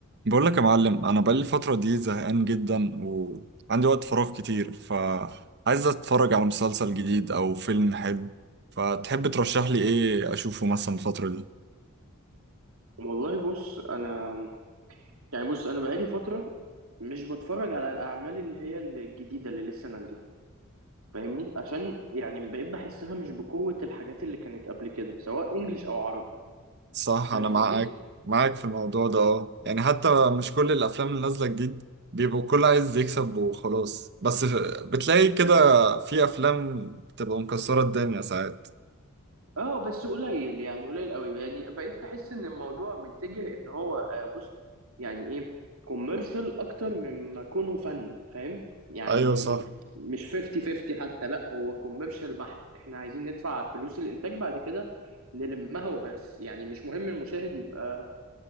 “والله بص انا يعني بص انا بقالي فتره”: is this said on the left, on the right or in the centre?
Right